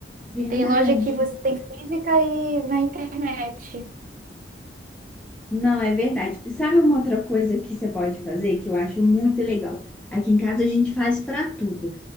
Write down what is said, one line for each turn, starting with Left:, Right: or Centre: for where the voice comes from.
Centre: Verdade.
Right: Tem loja que você tem física e na internet.
Centre: Não, é verdade. Sabe uma outra coisa que você pode fazer que eu acho muito legal? Aqui em casa a gente faz para tudo.